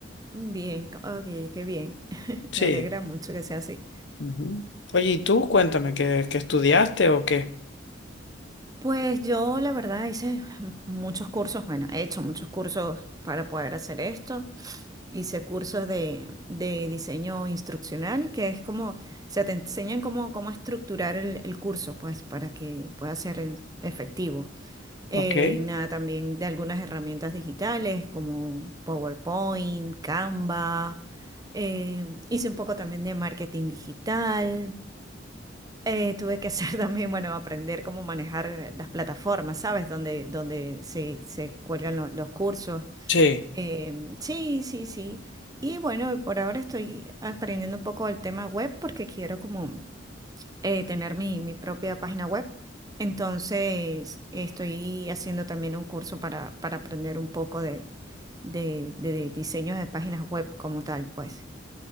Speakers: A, on the right; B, on the left.
A: Bien, co- ok, qué bien. <laughs>
B: Sí.
A: Me alegra mucho que sea así.
B: ujú. Oye, ¿y tú cuéntame qué, qué estudiaste o qué?
A: Pues yo la verdad hice muchos cursos, bueno, he hecho muchos cursos para poder hacer esto. Hice cursos de, de diseño instruccional, que es como, se te enseñan cómo, cómo estructurar el, el curso, pues para que pueda ser efectivo. Eh,
B: Ok.
A: nada, también de algunas herramientas digitales como PowerPoint, Canva. Eh, hice un poco también de marketing digital. Eh, tuve que hacer <laughs> también, bueno, aprender cómo manejar eh, las plataformas, ¿sabes? Donde, donde se, se cuelgan lo- los cursos.
B: Sí,
A: Em, sí, sí, sí. Y bueno, por ahora estoy aprendiendo un poco el tema web porque quiero como eh, tener mi, mi propia página web. Entonces, estoy haciendo también un curso para, para aprender un poco de, de, de diseños de páginas web como tal, pues.